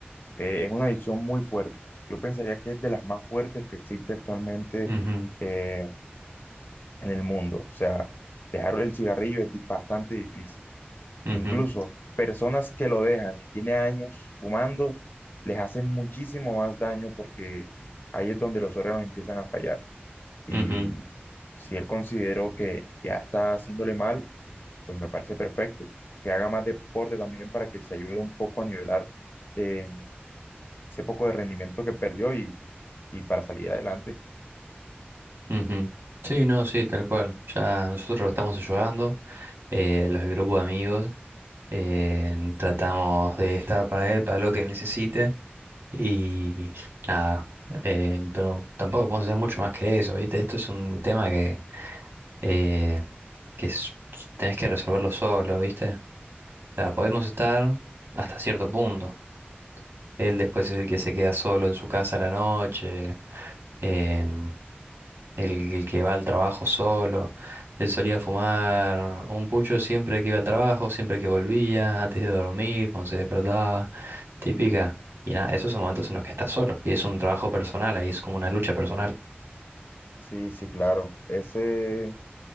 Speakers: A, on the left; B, on the right.
A: eh, es una adicción muy fuerte. Yo pensaría que es de las más fuertes que existe actualmente
B: ujú.
A: eh, en el mundo. O sea, dejar el cigarrillo es di- bastante difícil.
B: Ujú,
A: Incluso personas que lo dejan y tiene años fumando, les hacen muchísimo más daño porque ahí es donde los órganos empiezan a fallar. Y
B: ujú,
A: si él consideró que ya está haciéndole mal, pues me parece perfecto. Que haga más deporte también para que se ayude un poco a nivelar eh, ese poco de rendimiento que perdió y, y para salir adelante.
B: ujú. Sí, no, sí, tal cual. Ya nosotros lo estamos ayudando, eh, los del grupo de amigos, eh, tratamos de estar para él, para lo que necesite y nada, eh, pero tampoco podemos hacer mucho más que eso, ¿viste? Esto es un tema que, eh, que es- tenés que resolverlo solo, ¿viste? O sea, podemos estar hasta cierto punto. Él después es el que se queda solo en su casa a la noche. em, el, el que va al trabajo solo. Él solía fumar un pucho siempre que iba al trabajo, siempre que volvía, antes de dormir, cuando se despertaba. Típica. Y nada, esos son momentos en los que estás solo. Y es un trabajo personal, ahí es como una lucha personal.
A: Sí, sí, claro. Ese,